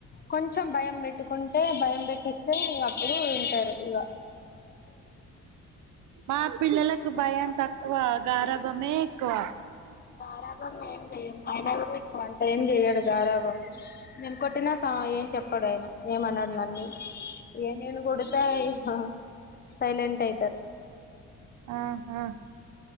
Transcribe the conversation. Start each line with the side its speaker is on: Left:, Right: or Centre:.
Left: కొంచెం భయం పెట్టుకుంటే భయం పెట్టిస్తే ఇగ అప్పుడు వింటారు ఇగ
Right: మా పిల్లలకు భయంతకు ఆ గారబమే ఎక్కువ
Left: గారాబం ఏంజెయం ఐన గూడ అంట ఏం చెయ్యడు గారాబం నేను కొట్టినాక ఏం చెప్పడు ఆయన ఏమన్నాడు నన్ని ఏ నేను కొడితే ఆ సైలెంట్ అయి సరే
Right: ఆహా